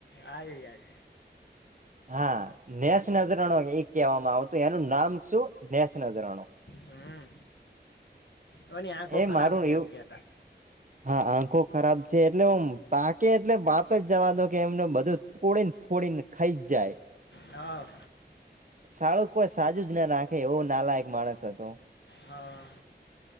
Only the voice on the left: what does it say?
આવ્યું યાદ
હમ તોની આંખો
ખરાબ
છે
એમ કેતા
હા
હા